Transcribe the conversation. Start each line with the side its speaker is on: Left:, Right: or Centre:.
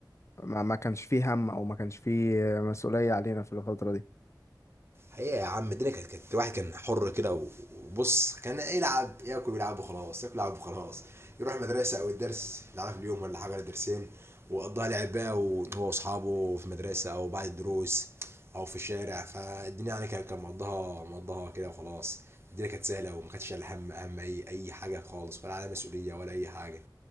Left: ما ما كانش فيه هم أو ما كانش فيه آه، مسؤولية علينا في الفترة دي
Right: حقيقة يا عم الدنيا كانت كانت الواحد كان حر كده و- وبص كان يلعب ياكل ويلعب وخلاص ياكل ويلعب وخلاص يروح المدرسة أو الدرس يلعب في اليوم ولا حاجة ولا درسين وقضاها لعب بقى وهو وأصحابه في المدرسة أو بعد الدروس أو في الشارع فالدنيا يعني كان كان مقضاها مقضاها كده وخلاص الدنيا كانت سهلة وما كانتش شايل هم أهم أي أي حاجة خالص ولا على مسؤولية ولا أي حاجة